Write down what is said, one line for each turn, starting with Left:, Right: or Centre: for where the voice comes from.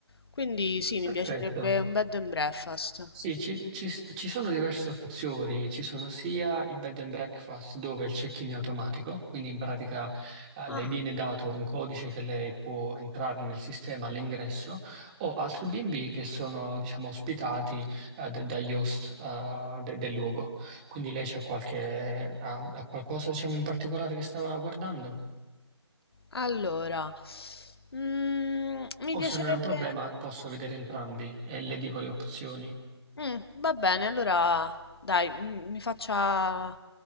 Left: Quindi sì, mi
Right: Perfetto.
Left: piacerebbe un bed and breakfast.
Right: Sì, ci, ci- ci sono diverse opzioni, ci sono sia i bed and breakfast dove il check-in è automatico, quindi in pratica eh,
Left: Ah,
Right: le viene dato un codice che lei può entrare nel sistema all'ingresso, o altri B&B che sono diciamo ospitati eh, d- dagli host eh, de- del luogo. Quindi lei c'ha qualche, ha, ha qualcosa diciamo in particolare che stava guardando?
Left: allora, mm, mi piacerebbe...
Right: O se non è un problema posso vedere entrambi e le dico le opzioni.
Left: Mh, va bene, allora dai, m mi faccia